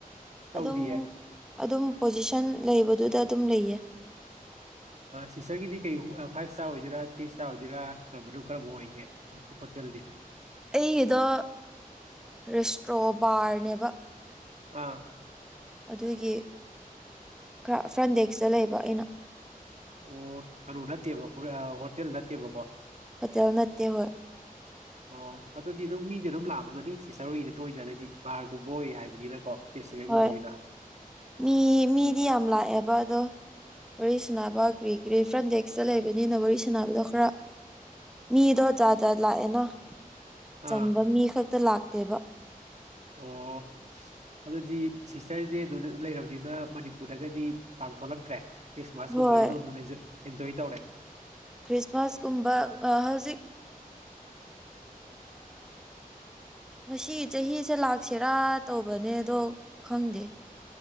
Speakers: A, on the right; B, in the centre.
A: ꯇꯧꯗꯤꯌꯦ
B: ꯑꯗꯨꯝ ꯑꯗꯨꯝ ꯄꯣꯖꯤꯁꯟ ꯂꯩꯕꯗꯨꯗ ꯑꯗꯨꯝ ꯂꯩꯌꯦ
A: ꯁꯤꯁꯇꯔꯒꯤꯗꯤ ꯀꯩ ꯐꯥꯏꯚ ꯏꯁꯇꯥꯔ ꯑꯣꯏꯗꯣꯏꯔꯥ ꯊ꯭ꯔꯤ ꯏꯁꯇꯥꯔ ꯑꯣꯏꯗꯣꯏꯔꯥ ꯅꯠꯇ꯭ꯔꯕꯅꯣ ꯀꯔꯝꯕꯥꯎ ꯑꯣꯏꯒꯦ ꯍꯣꯇꯦꯜꯗꯤ
B: ꯑꯩꯒꯤꯗꯣ ꯔꯦꯁꯇ꯭ꯔꯣꯕꯥꯔꯅꯦꯕ
A: ꯑꯥ
B: ꯑꯗꯨꯒꯤ ꯈꯔ ꯐ꯭ꯔꯟꯗꯦꯛꯁꯇ ꯂꯩꯕ ꯑꯩꯅ
A: ꯑꯣ ꯀꯩꯅꯣ ꯅꯠꯇꯦꯕ ꯍꯣꯇꯦꯜ ꯅꯠꯇꯦꯕꯀꯣ
B: ꯍꯣꯇꯦꯜ ꯅꯠꯇꯗꯤ ꯍ
A: ꯑꯣ ꯑꯗꯨꯗꯤ ꯑꯗꯨꯝ ꯃꯤꯗꯤ ꯑꯗꯨꯝ ꯂꯥꯛꯃꯒꯅꯤ ꯁꯤꯆꯔꯣꯏꯗ ꯇꯅꯅꯗꯤ ꯚꯔꯒꯨꯝꯕ ꯑꯣꯏ ꯍꯥꯏꯕꯅꯤꯅꯀꯣ ꯔꯦꯁꯇꯨꯔꯦꯟꯒꯨꯝꯕꯅꯤꯅ
B: ꯍꯣꯏ ꯃꯤ ꯃꯤꯗꯤ ꯌꯥꯝ ꯂꯥꯛꯑꯦꯕ ꯑꯗꯣ ꯋꯥꯔꯤ ꯁꯥꯅꯕ ꯀ꯭ꯔꯤ ꯀ꯭ꯔꯤ ꯐ꯭ꯔꯟ ꯗꯦꯛꯁꯇ ꯂꯩꯕꯅꯤꯅ ꯋꯥꯔꯤ ꯁꯥꯅꯕꯗꯣ ꯈꯔ ꯃꯤꯗꯣ ꯖꯥꯠ ꯖꯥꯠ ꯂꯥꯛꯑꯦꯅ ꯆꯝꯕ
A: ꯑꯥ
B: ꯃꯤ ꯈꯛꯇ ꯂꯥꯛꯇꯦꯕ
A: ꯑꯣ ꯑꯗꯨꯗꯤ ꯁꯤꯁꯇꯔꯁꯦ ꯑꯗꯨꯗ ꯂꯩꯔꯕꯅꯤꯅ ꯃꯅꯤꯄꯨꯔꯗꯒꯗꯤ ꯇꯥꯡ ꯊꯣꯛꯂꯛꯇ꯭ꯔꯦ ꯐꯁ ꯃꯥꯁꯀ
B: ꯍꯣꯏ
A: ꯃꯥ ꯇꯧ ꯑꯦꯟꯖ ꯇꯧꯦ
B: ꯈ꯭ꯔꯤꯁꯃꯥꯁꯀꯨꯝꯕ ꯍꯧꯖꯤꯛ ꯉꯁꯤꯒꯤ ꯆꯍꯤꯁꯦ ꯂꯥꯛꯁꯤꯔꯥ ꯇꯧꯕꯅꯦ ꯑꯗꯣ ꯈꯪꯗꯦ